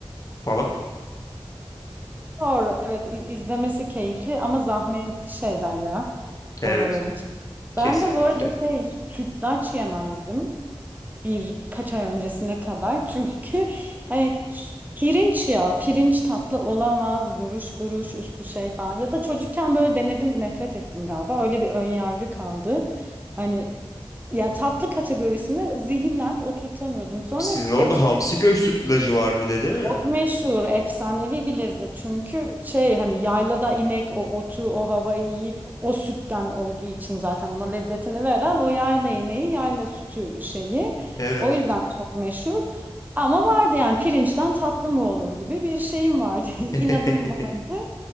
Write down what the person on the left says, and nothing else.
falan.
Evet.
Kesinlikle.
Sizin orada
Hamsiköy sütlacı var bir de değil mi?
Evet.
<laughs>